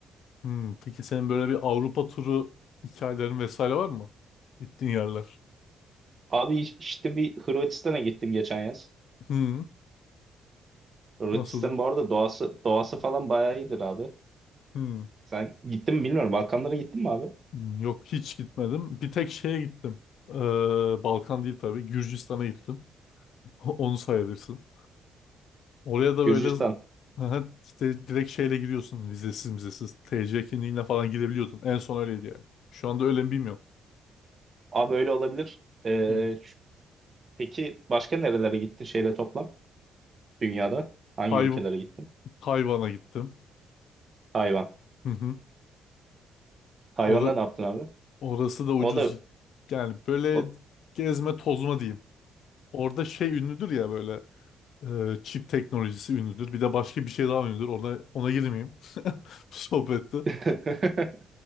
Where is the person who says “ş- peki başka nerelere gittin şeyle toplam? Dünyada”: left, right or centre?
Right